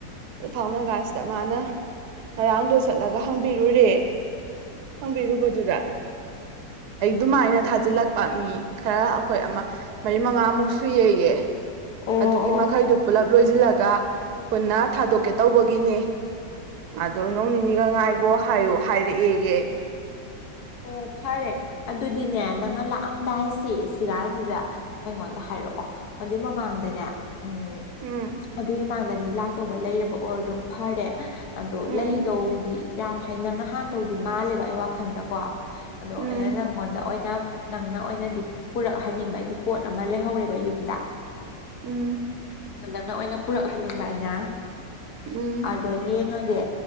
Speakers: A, on the right; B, on the left.
A: ꯑꯗꯨ ꯐꯥꯎꯅ ꯀꯥꯟꯁꯤꯗ ꯃꯥꯅ ꯉꯔꯥꯡꯗꯣ ꯆꯠꯂꯒ ꯍꯪꯕꯤꯔꯨꯔꯦ ꯍꯪꯕꯤꯔꯨꯕꯗꯨꯗ ꯑꯩ ꯑꯗꯨꯃꯥꯏꯅ ꯊꯥꯖꯤꯜꯂꯛꯄ ꯃꯤ ꯈꯔ ꯑꯩꯈꯣꯏ ꯑꯃ ꯃꯔꯤ ꯃꯉꯥꯃꯨꯛ ꯁꯨꯏꯑꯌꯦ
B: ꯑꯣ
A: ꯑꯗꯨꯒꯤ
B: ꯑꯣ
A: ꯃꯈꯩꯗꯨ ꯄꯨꯂꯞ ꯂꯣꯏꯁꯤꯜꯂꯒ ꯄꯨꯟꯅ ꯊꯥꯗꯣꯛꯀꯦ ꯇꯧꯕꯒꯤꯅꯦ ꯑꯗꯣ ꯅꯣꯡ ꯅꯤꯅꯤꯒ ꯉꯥꯏꯒꯣ ꯍꯥꯏꯌꯣ ꯍꯥꯏꯔꯛꯑꯦꯌꯦ
B: ꯑꯣ ꯐꯔꯦ ꯑꯗꯨꯗꯤꯅꯦ ꯅꯪꯅ ꯂꯥꯛꯑꯝꯗꯥꯏꯁꯤ ꯁꯤꯔꯥꯡꯁꯤꯗ ꯑꯩꯉꯣꯟꯗ ꯍꯥꯏꯔꯛꯑꯣ ꯑꯗꯨꯏ ꯃꯃꯥꯡꯗꯅꯦ ꯎꯝ
A: ꯎꯝ
B: ꯑꯗꯨꯏ ꯃꯃꯥꯡꯗ ꯃꯤ ꯂꯥꯛꯇꯧꯕ ꯂꯩꯔꯕ ꯑꯣꯏꯔꯗꯨꯝ ꯐꯔꯦ ꯑꯗꯣ
A: ꯎꯝ
B: ꯂꯩꯗꯧꯗꯤ ꯌꯥꯝ ꯍꯥꯏ ꯅꯪꯅ ꯍꯥꯟꯗꯧꯗꯤ ꯃꯥꯜꯂꯦꯕ ꯑꯩ ꯋꯥꯈꯜꯗꯀꯣ ꯑꯗꯣ
A: ꯎꯝ
B: ꯑꯩꯅ ꯅꯪꯉꯣꯟꯗ ꯑꯣꯏꯅ ꯅꯪꯅ ꯑꯣꯏꯅꯗꯤ ꯄꯨꯔꯛꯍꯟꯅꯤꯡꯕ ꯄꯣꯠ ꯑꯃ ꯂꯩꯍꯧꯔꯦꯕ ꯌꯨꯝꯗ
A: ꯎꯝ
B: ꯅꯪꯅ ꯑꯣꯏꯅ ꯄꯨꯔꯛꯍꯟꯅꯤꯡꯕ ꯑꯩꯅ
A: ꯎꯝ
B: ꯑꯗꯣ ꯌꯦꯡꯉꯒꯦ